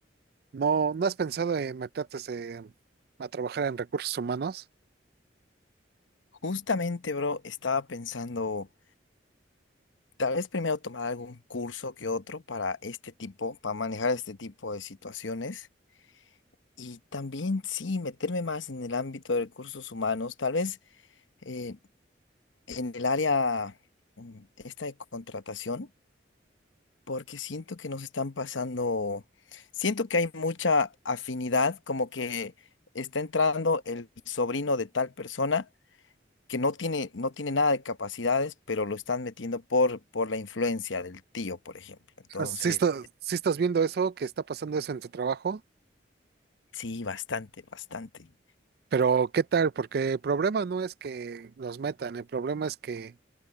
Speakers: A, on the right; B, on the left.
A: No, ¿no has pensado en meterte eh, a trabajar en recursos humanos?
B: Justamente, bro, estaba pensando, tal vez primero tomar algún curso que otro para este tipo, para manejar este tipo de situaciones. Y también, sí, meterme más en el ámbito de recursos humanos, tal vez. eh, en el área mm, esta de contratación, porque siento que nos están pasando, siento que hay mucha afinidad, como que está entrando el sobrino de tal persona que no tiene, no tiene nada de capacidades, pero lo están metiendo por, por la influencia del tío, por ejemplo. Entonces,
A: Si estás, sí estás viendo eso, que está pasando eso en tu trabajo,
B: sí, bastante, bastante.
A: pero ¿qué tal? Porque el problema no es que los metan, el problema es que